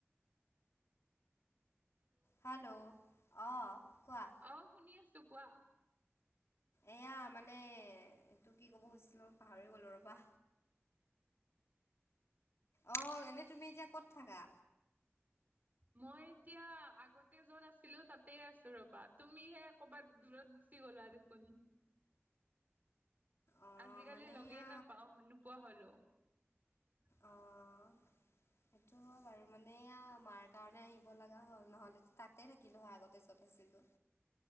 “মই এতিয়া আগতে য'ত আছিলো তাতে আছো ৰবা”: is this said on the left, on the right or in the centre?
Right